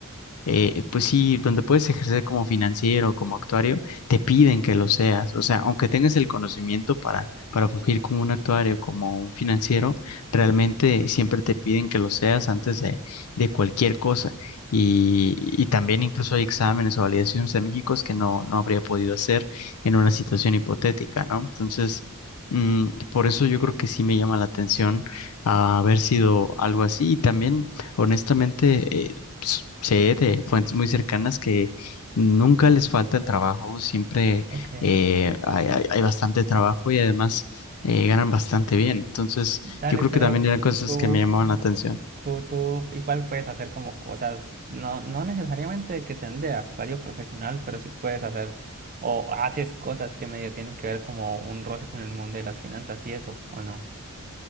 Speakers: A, on the left; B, on the right.
A: eh, pues sí, donde puedes ejercer como financiero, como actuario, te piden que lo seas. O sea, aunque tengas el conocimiento para, para fungir como un actuario, como un financiero, realmente siempre te piden que lo seas antes de, de cualquier cosa. Y, y también incluso hay exámenes o validaciones en México que no, no habría podido hacer en una situación hipotética, ¿no? Entonces, mm, por eso yo creo que sí me llama la atención haber sido algo así. Y también, honestamente, pues, sé de fuentes muy cercanas que nunca les falta el trabajo, siempre
B: Ok,
A: eh, hay, hay- hay bastante trabajo y además eh, ganan bastante bien. Entonces,
B: dale,
A: yo creo
B: pero
A: que también eran cosas
B: tú,
A: que me llamaban la atención.
B: tú, tú igual puedes hacer como cosas, no, no necesariamente que sean de actuario profesional, pero sí puedes hacer o haces cosas que medio tienen que ver como un roce con el mundo de las finanzas y eso, ¿o no?